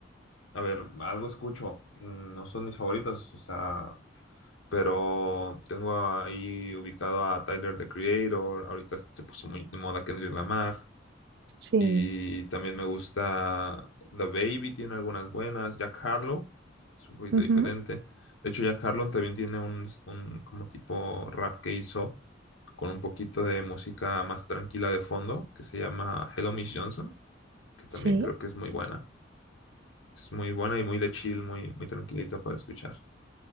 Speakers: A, on the left; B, on the right.
A: a ver, algo escucho, mm, no son mis favoritos, o sea, pero tengo ahí ubicado a Tyler, the Creator, ahorita se puso muy de moda Kendrick Lamar,
B: Sí,
A: y también me gusta The Baby, tiene algunas buenas. Jack Harlow, es un poquito
B: ujú,
A: diferente. De hecho, Jack Harlow también tiene un, un como tipo rap que hizo con un poquito de música más tranquila de fondo, que se llama Hello Miss Johnson, que también
B: sí,
A: creo que es muy buena. Es muy buena y muy de chill, muy, muy tranquilita para escuchar.